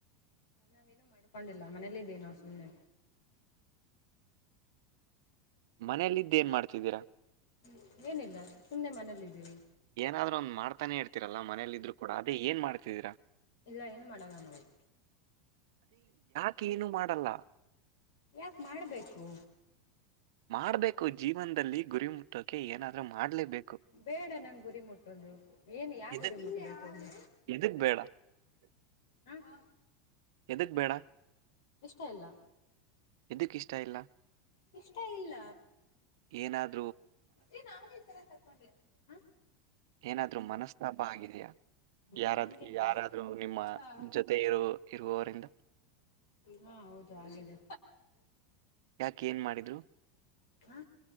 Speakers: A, on the left; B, on the right.
A: ನಾವೇನುೂ ಮಾಡ್ಕೊಂಡಿಲ್ಲ ಮನೇಲ್ಲ ಇದಿದ್ದೀವಿ ನಾವು ಸುಮ್ಮನೆ
B: ಮನೇಲ್ಲಿದ್ದ ಏನ್ ಮಾಡ್ತಿದ್ದೀರಾ
A: ್ಮ ಏನಿಲ್ಲ ಸುಮ್ಮ್ನೆ ಮನೇಲ್ಲಿದ್ದೀವಿ
B: ಏನಾದ್ರರು ಒಂದ್ ಮಾಡ್ತಾನೆ ಇರ್ತ ರಲ್ಲ ಮನೇಲ್ಲ ಇದ್ ಕೂಡ ಅದೇ ನ್ ಮಾಡ ಚೇರ
A: ಇಲ್ಲ ಅನು ಮಳೆಗಾನ ಹವು
B: ಕ್ಕೇನು ಮಾಡಲ್ಲ
A: ಯಾಕ ಮಾಡ್ಬೇಕು
B: ಮಾಡ್ಬೇಕು ಜೀವನದಲ್ಲಿ ಗುರಿ ಮುಟ್ಟೋಕೆ ಏನಾದ್ರೂ ಮಾಡ್ಲೇಬೇಕು
A: ಬೇಡ ನಂಗೆ ಗುರಿ ಮುಟ್ಟೋದು ಏನ್ ಯಾವುರಿ
B: ಎದಕ್
A: ಮುಟ್ಟ ಆಯತದು
B: ಎದಕ್ ಬೇಡ
A: ಹಾ ಹೌ
B: ಎದಕ್ ಬೇಡ
A: ಇಷ್ಟ ಅಲ್ಲ
B: ಎದಕ್ಕ ಇಷ್ಟ ಇಲ್ಲ
A: ಇಷ್ಟ ಇಲ್ಲ
B: ಏನಾದ
A: ಏ ನಾನ್ ಈ ತರ ತಕೊಂಡೆ ಹಾ
B: ಏನಾದ್ರರು ಮನಸ್ತಾಪ ಆಗಿದೆಯಾ ಯಾರಾದ್
A: ಅಯ್ಯ ಹಂಗೇನಿಲ್ಲ
B: ಯಾರಾದ್ರರು ನಿಮ್ಮ
A: ಹಾ
B: ಜೊತೆ ಇರು ಇರುವವರಿಂದ
A: ಹಾ ಹೌದು ಆಗಿದೆ
B: ಯಾಕ ಏನ್ ಮಾಡಿದ್ರು
A: ಹ